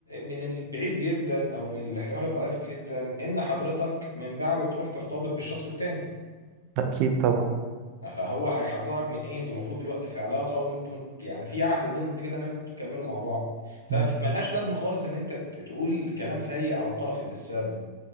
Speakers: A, on the left; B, on the right.
A: من البعيد جدا او من الاحتمال الضعيف جدا ان حضرتك من بعده تروح ترتبط بالشخص التاني
B: اكيد طبعا
A: فهو هيحذرك من ايه انتوا المفروض دلوقتي في علاقه وانتوا يعني في عهد ضمن كده ان انتوا تكملوا مع بعض فملهاش
B: مم.
A: لازمه خالص ان انت ت- تقول كلام سيء على الطرف اللي السابق